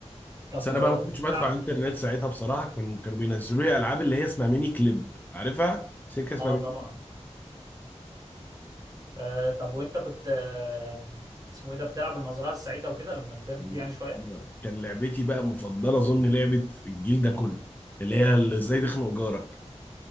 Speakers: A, on the right (about 30°); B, on the left (about 15°).
A: طب
B: بس أنا بقى ما كنتش
A: كنت بتلعب
B: بدخل على الإنترنت ساعتها بصراحة كان كانوا بينزلوا لي ألعاب اللي هي اسمها ميني كليب عارفها؟ شركة اسمها
A: اه
B: ميني
A: طبعا آه طب وانت كنت آه اسمه ايه ده بتلعب المزرعه السعيده وكده لما كبرت
B: كليب
A: يعني شويه
B: كان لعبتي بقى مفضلة أظن لعبة الجيل ده كله اللي هي اللي إزاي تخنق جارك